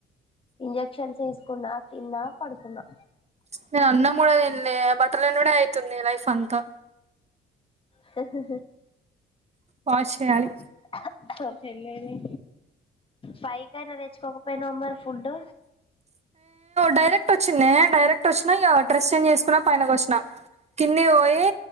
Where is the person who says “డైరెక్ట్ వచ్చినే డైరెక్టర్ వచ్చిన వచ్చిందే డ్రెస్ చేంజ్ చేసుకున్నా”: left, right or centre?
Right